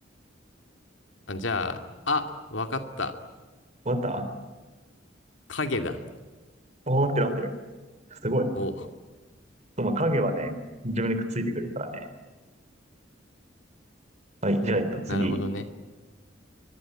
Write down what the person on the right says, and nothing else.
わかった
あ合ってる合ってる。すごい。
まあ、影はね、自分にくっついてくるからね。はい、じゃあ、えっと、次。